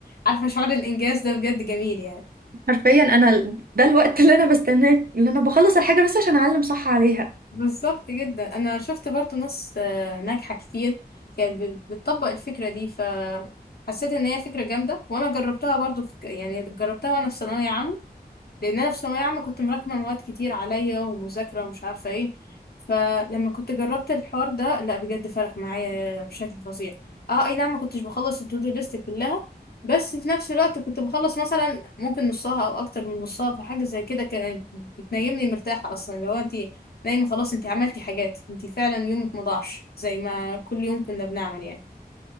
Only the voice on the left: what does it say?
عارفة شعور الإنجاز ده بجد جميل يعني
بالظبط جدا أنا شفت برضو ناس آه، ناجحة كتير كانت بت- بتطبق الفكرة دي فحسيت إن هي فكرة جامدة وأنا جربتها برضو في... يعني جربتها وأنا في ثانوية عامة لان انا في ثانويه عامه كنت مراكمه مواد كتير عليا ومذاكره ومش عارفه ايه فلما كنت جربت الحوار ده لا بجد فرق معايا بشكل فظيع اه اي نعم ما كنتش بخلص التودو ليست كلها بس في نفس الوقت كنت بخلص مثلا ممكن نصها او اكتر من نصها فحاجه زي كده كانت بتنيمني مرتاحه اصلا لو انت نايمه خلاص انت عملتي حاجات انت فعلا يومك ما ضاعش زي ما كل يوم كنا بنعمل يعني